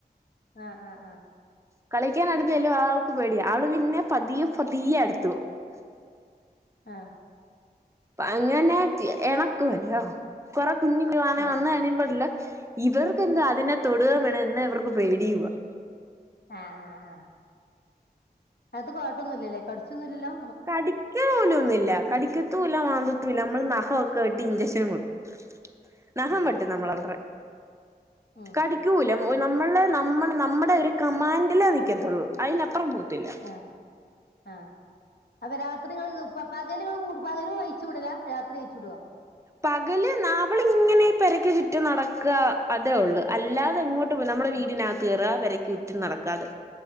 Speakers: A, on the left; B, on the right.
A: ആഹ് ആഹ് ആഹ്-
B: കളിക്കാൻ അടുത്ത് ചെല്ല്വാ അവക്ക് പേടിയ അവള് പിന്നെ പതിയെ പതിയെ അടുത്തു പോവും -
A: ആഹ്-
B: അങ്ങനെ എണക്കുവല്ലോ കൊറ- കുഞ്ഞുങ്ങ്ളാണെേ
A: ആഹ് ആഹ്
B: വന്ന് കഴിയൻ പാടില്ല - ഇവർക്ക്ന്താ അതിനെ തൊടുകേം വേണം എന്നാ ഇവർക്ക് പേടിയുവാ-
A: ആഹ് ആഹ് ആഹ് - അത് കൊഴപ്പമൊന്നുമില്ലല്ലേ കടിച്ചൊന്നുമില്ലല്ലോ?
B: കടിക്കാ പോലൊന്നുല്ല കടിക്കത്തുല്ല മാന്തത്തു- ഇല്ല നമ്മൾ നഹം ഒക്കെ വെട്ടി ഇഞ്ചെക്ഷനും കൊടുക്കും- നഹം
A: ഉം
B: വട്ടും
A: ഉം
B: നമ്മളവർട്രേ
A: ഉം
B: കടിക്കൂല- പോയി നമ്മള് നമ്മള് നമ്മടെ ഒരു കമാൻഡിലേ നിക്കത്തൊള്ളൂ അതിനപ്പുറം പോ ത്തില്ല-
A: ഉം ആഹ് ആഹ് അപ്പൊ രാത്രി നിങ്ങൾ പകലുൾ പകലും അഴിച്ചു വിടൂല രാത്രി അഴിച്ചു വിടുവോ?
B: പകല് അവളിങ്ങനെ പെരക്ക് ചുറ്റ നടക്കുക അതേ ഒള്ള് അല്ലാതെ എങ്ങോട്ട് നമ്മടെ വീടിനകത്ത്
A: ഉം
B: കേറ പെര ക്ക് ചുറ്റും നടക്കാ തെ.